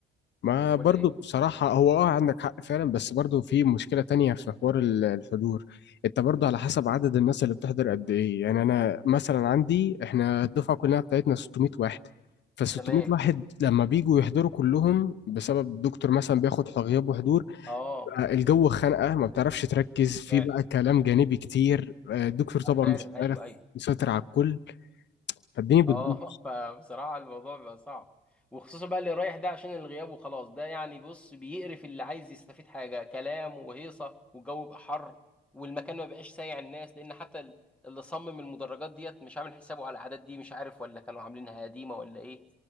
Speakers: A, on the left; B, in the centre.
A: ما برضو
B: ولا ايه
A: بصراحة هو اه عندك حق فعلا بس برضو في مشكلة تانية في حوار ال- الحضور انت برضو على حسب عدد الناس اللي بتحضر قد ايه يعني انا مثلا عندي احنا الدفعة كلها بتاعتنا 600 واحد ف 600
B: تمام
A: واحد لما بيجوا يحضروا كلهم بسبب الدكتور مثلا بياخد غياب وحضور
B: اه
A: بقى الجو خانقة ما بتعرفش تركز في
B: فعلا
A: بقى كلام جانبي كتير آه، الدكتور طبعا
B: اه فعلا
A: مش
B: ايوه
A: عارف
B: ايوه
A: يسيطر على الكل فالدنيا بتبوظ
B: اه <laughs> فبصراحة الموضوع بيبقى صعب وخصوصا بقى اللي رايح ده عشان الغياب وخلاص ده يعني بص بيقرف اللي عايز يستفيد حاجة كلام وهيصة والجو يبقى حر والمكان ما بقاش سايع الناس لان حتى ال- اللي صمم المدرجات ديت مش عامل حسابه على العادات دي مش عارف ولا كانوا عاملينها قديمة ولا ايه